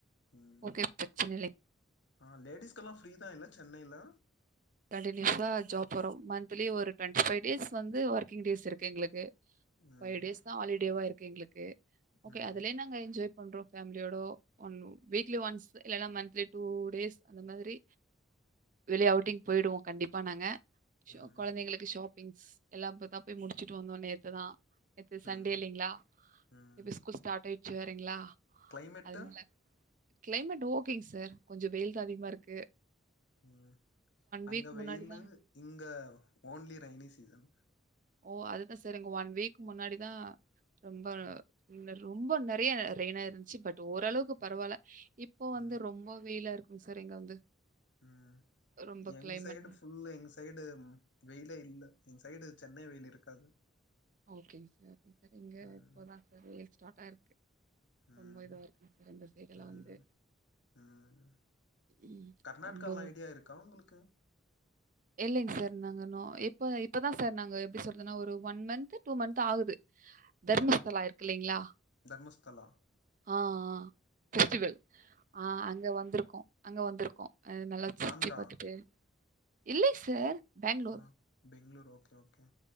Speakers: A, on the left; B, on the right.
A: ம்
B: ஓகே பிரச்சன இல்லைங்க.
A: ஆ லேடிஸ்க்கெல்லா ஃப்ரீ தா இல்ல சென்னைல
B: தேட்டிடேசா ஜாப் போறோ மன்த்லி ஒரு ட்வண்ட்டி ஃபை டேஸ் வந்து ஒர்க்கிங் டேஸ் இருக்கு எங்ளுக்கு
A: ம்
B: ஃபை டேஸ் தா ஹாலிடேவா இருக்கு எங்ளுக்கு ஓகே
A: ம்
B: அதுலே நா ங்க என்ஜாய் பண்றோ ஃபேம்லியோடோ ஒன்னு வீக்லி ஒன்ஸ் இல்லனா மன்த்லி டூ டேஸ் அந்த மாதிரி வெளிய அவுட்டிங் போய்டுவோ கண்டிப்பா நாங்க சோ
A: ம்
B: கொழந்தைகளுக்கு ஷாப் பிங்ஸ் எல்லா இப்பதா போய் முடிச்சசிட்டு வந்தோ நேத்து தா நேத்து சண்டே
A: ம்
B: இல்லீங்ளா
A: ம்
B: இப்போ ஸ்கூல் ஸ்டாட் ஆய்ட்ச்சு வேறைங்ளா
A: கிளைமேட்டு
B: அதுனால க்ளைமெட் ஓகேங் சார் கொஞ்ச வெயில் தா அதிகமா இருக்கு
A: ம் அங்க
B: வீக்
A: வெயிலு
B: முன்னாடி
A: இங்க ஓன்லி ரைனி சீசன்
B: ஓ அதுதா சார் இங்க ஒன் வீக் முன்னாடிதா ரொம்ப
A: ம்
B: இங்க ரொம்ப நறைய ரெய்னா இருந்ச்சு பட் ஓரளவுக்கு பரவால்ல இப்போ வந்து
A: ம்
B: ரொம்ப வெயிலா இருக்குங் சார் இங்க வந்து
A: ம்
B: ரொம்ப
A: எங்
B: கிளைமேட்
A: சைடு ஃபுல்லா எங் சைடு வெய்லே இல்ல எங்க சைடு சென்னை வெய்ல் இருக்காது
B: ஓகேங் சார் இங்க
A: ம்
B: இப்ப தா சார் வெயில் ஸ்டாட்டாய்ர்க்கு
A: ம்
B: ரொம்ப இதுவா இருக்குங் சார் இந்த சைடெல்லா
A: ம்
B: வந்து
A: ம்
B: ம்,
A: கர்நாட்காலா
B: ரொம்ப
A: ஐடியா இருக்கா உங்களுக்கு
B: இல்லைங் சார் நாங்க நோ இப்ப இப்பதா சார் நாங்க எப்டி சொல்றதுனா ஒரு ஒன் மன்த்து டூ மன்த் ஆகுது தர்மஸ்தலா
A: ம்
B: இருக்கில்லைங்ளா
A: தர்மஸ்தலா
B: ஆ ஆ ஃபெஸ்டிவல் ஆ அங்க வந்திருக்கோ அங்க வந்திருக்கோம் அ நல்லா சுத்தி
A: ஆந்திரா
B: பாத்துட்டு இல்ல சார் பெங்களூர்
A: ஆ பெங்ளூர் ஓகே ஓகே